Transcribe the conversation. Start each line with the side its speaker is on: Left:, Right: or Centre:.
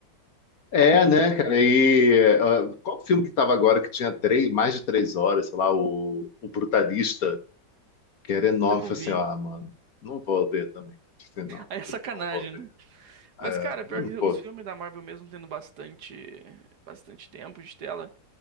Left: É, né, cara? E ah, qual filme que tava agora que tinha três, mais de três horas, sei lá, o, o Brutalista, que era enorme.
Right: Isso eu
Left: Eu
Right: não
Left: Falei
Right: vi.
Left: assim, ah, mano, não vou ver também. Eu Falei, não,
Right: Aí é sacanagem,
Left: eu não vou
Right: né?
Left: ver.
Right: Mas,
Left: É,
Right: cara, pior
Left: eu não
Right: que os
Left: vou ver.
Right: filmes da Marvel, mesmo tendo bastante, bastante tempo de tela,